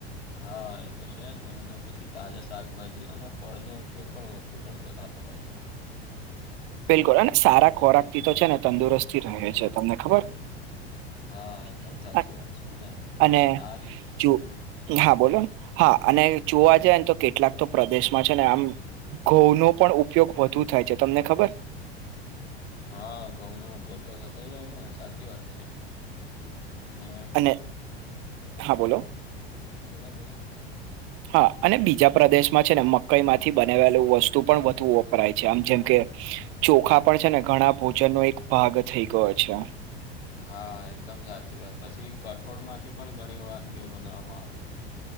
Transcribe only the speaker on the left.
હા એ તો છે જ ને અને પછી તાજા શાકભાજી અને ફળનોો ઉપયોગ. પણ વધુ કરડતો થતો હોય.
હા એકદમ સાચી
વાત છે અને
આ રીત
હમ
હા ઘઉંનોો ઉપયોગ તો થતો જાય છે ને સાચી વાત છે અને
બોલો બોલો
હા એકદમ સાચી વાત પછી કઠોળ માંથી પણ ઘણી વાનગીઓ બનાવવામાં આવે છે.